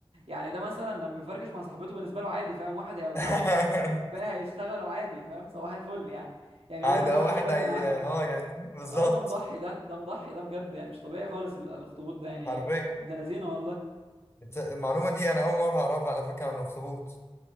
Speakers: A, on the right; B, on the left.
A: يعني ده مثلا لما بيفركش مع صاحبته بالنسبه له عادي فاهم واحد هيوجعه
B: <laughs>
A: والباقي هيشتغلوا عادي فاهم صباح الفل يعني يعني
B: عادي
A: هو بالنسبه
B: اه
A: له
B: واحد
A: مش فارق
B: هي
A: معاه خلاص
B: اه يعني <laughs> بالظبط
A: اه ده مضحي ده ده مضحي ده بجد يعني مش طبيعي خالص ال- الاخطبوط ده يعني
B: حرفيا
A: ابن لذينه والله
B: الت- المعلومة دي أنا أول مرة أعرفها على فكرة عن الأخطبوط